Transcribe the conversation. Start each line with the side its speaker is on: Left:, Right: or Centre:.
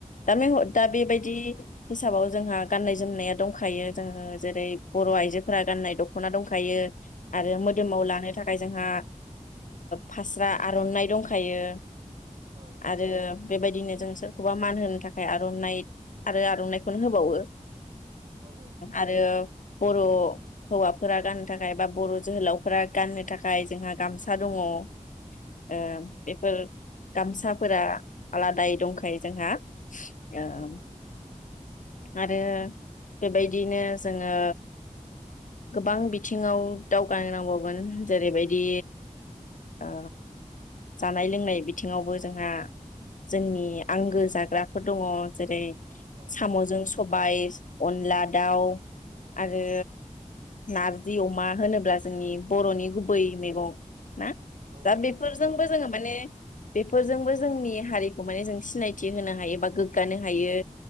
Left: दा दा
Right: औ
Left: बेबायदि हिसाबाव जोंहा गाननाय जोमनाया दंखायो जोङो जेरै बर' आइजोफोरा गाननाय दख'ना दंखायो आरो मोदोमाव
Right: औ
Left: लानो थाखाय जोंहा फास्रा ओ आर'नाइ दंखायो
Right: नंगौ औ
Left: आरो बेबायदिनो जों सोरखौबा मान होनो थाखाय आर'नाइ आरो आर'नाइखौनो होबावो
Right: औ
Left: आरो बर' हौवाफोरा गाननो थाखाय बा बर' जोहोलावफोरा गाननो थाखाय जोंहा गामसा दङ। ओ
Right: औ
Left: बेफोर
Right: नंगौ
Left: गामसाफोरा आलादायै दंखायो जोंहा। ओ
Right: औ
Left: ओम
Right: औ
Left: आरो बेबायदिनो जोंङो गोबां बिथिंङाव दावगा नांबावगोन जेरैबायदि ओ जानाय लोंनाय बिथिंङावबो जोंहा जोंनि आंगो जाग्राफोर दंङ जेरै
Right: औ
Left: साम'जों
Right: नंगौ
Left: सबाय अनला दाउ आरो नारजि अमा होनोब्ला जोंनि बर'नि गुबै मैगं ना?
Right: औ
Left: दा बेफोरजोंबो
Right: नंगौ
Left: जोंङो माने बेफोरजोंबो जोंनि हारिखौ माने जों सिनायथि होनो हायो बा गोग्गानो हायो।